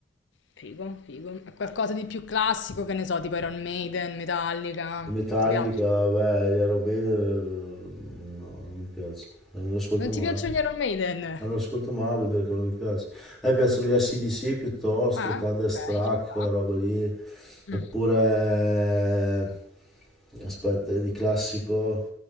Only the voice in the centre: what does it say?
Metallica,
vabbè, gli Aerobeda, no, non mi piace, non lo ascolto
mai.
Non lo ascolto mai, vuol dire che non mi piace. A me piacciono gli AC/DC piuttosto,
Thunderstruck,
quella roba lì. Oppure,
aspetta, di classico,